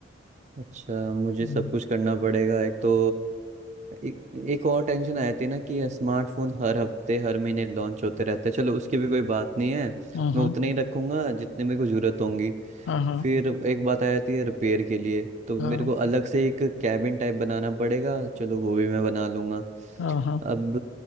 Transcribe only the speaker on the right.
अच्छा मुझे
सब कुछ करना पड़ेगा एक तो एक, एक और टेंशन आ जाती है ना कि स्मार्टफोन हर हफ्ते हर महीने लॉन्च होते रहते हैं चलो उसकी भी कोई बात नहीं है
मैं उतने ही रखूंगा जितने मेरे को जरूरत होंगी
फिर एक बात आ जाती है रिपेयर के लिए तो
मेरे को अलग से एक कैबिन टाइप बनाना पड़ेगा चलो वो भी मैं बना लूंगा
अब